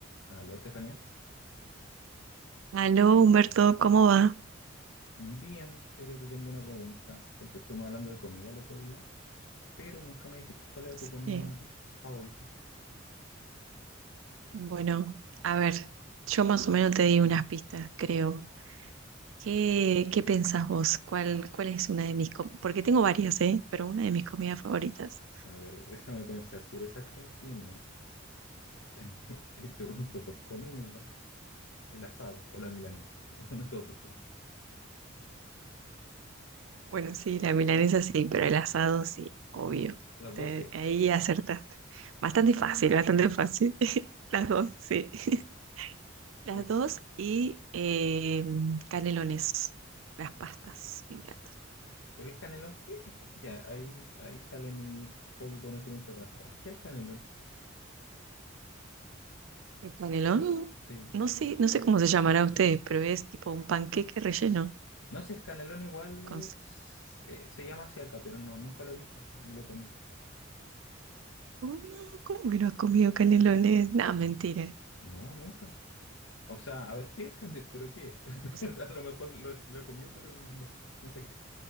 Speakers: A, on the left; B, on the right.
A: Aló, Estefanía.
B: Aló, Humberto, ¿cómo va?
A: Bien, pero te tengo una pregunta, porque estuvimos hablando de comida el otro día, pero nunca me dijiste cuál era
B: Sí,
A: tu comida favorita.
B: bueno, a ver, yo más o menos te di unas pistas, creo. ¿Qué,
A: Eh,
B: qué pensás vos? ¿Cuál, cuál es una de mis com- Porque tengo varias, ¿eh? Pero una de mis comidas favoritas.
A: a ver, déjame pensar, si eres argentina <laughs> y te pregunto por comida, el asado o la milanesa, <laughs> una de esas dos cosas.
B: Bueno, sí, la milanesa sí, pero el asado sí, obvio.
A: Las
B: Te-
A: dos sí.
B: ahí acertaste. Bastante fácil, bastante fácil. <laughs> Las dos, sí. <laughs> Las
A: Y-
B: dos y eh, canelones, las pastas, me encanta.
A: pero el canelón, ¿qué? Es que ya, ahí, ahí sale mi poco conocimiento de pasta. ¿Qué es el canelón?
B: El canelón,
A: Sí.
B: no sé, no sé cómo se llamará a ustedes, pero es tipo un panqueque relleno
A: No, si el canelón igual
B: con sa-
A: s- eh, se llama así acá, pero no, nunca lo he visto ni lo he comido.
B: Oh, no, ¿cómo que no has comido canelones? No, mentira.
A: N- No, nunca. O sea, a ver, ¿qué es el candido? ¿Pero qué? <laughs>
B: O sea,
A: A lo mejor lo, he lo he comido, pero no, no sé, no sé qué.